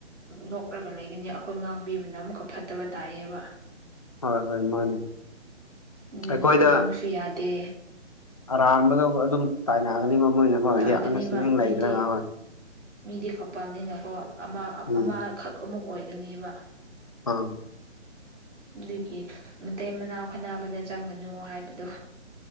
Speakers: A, on the right (about 75°); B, on the left (about 30°).
A: ꯅꯣꯛꯂꯒ ꯂꯩꯒꯅꯤ ꯑꯩꯈꯣꯏ ꯉꯥꯡꯕꯤꯕꯅ ꯑꯃꯨꯛꯈꯛ ꯐꯠꯇꯕ ꯇꯥꯛꯑꯦꯕ
B: ꯍꯣꯏ ꯍꯣꯏ ꯃꯥꯅꯦ
A: ꯑꯗꯨꯒꯤ
B: ꯑꯩꯈꯣꯏꯗ
A: ꯉꯥꯡꯕꯁꯨ ꯌꯥꯗꯦ
B: ꯑꯔꯥꯟꯕꯗꯣ ꯑꯗꯨꯝ ꯇꯥꯏꯅꯑꯒꯅꯤ ꯃꯃꯣꯏꯅꯀꯣ
A: ꯇꯥꯒꯅꯤꯕ
B: ꯁꯡ
A: ꯃꯤꯗꯤ
B: ꯂꯩꯗ꯭ꯔꯒ ꯍꯣꯏ
A: ꯃꯤꯗꯤ ꯀꯄꯜꯅꯤꯅꯀꯣ ꯑꯃ
B: ꯎꯝ
A: ꯑꯃꯈꯛ ꯑꯃꯨꯛ ꯑꯣꯏꯒꯅꯦꯕ
B: ꯑꯥ꯫
A: ꯑꯗꯨꯒꯤ ꯃꯇ ꯃꯅꯥꯎ ꯈꯅꯥꯕꯗ ꯆꯪꯒꯅꯨ ꯍꯥꯏꯕꯗꯣ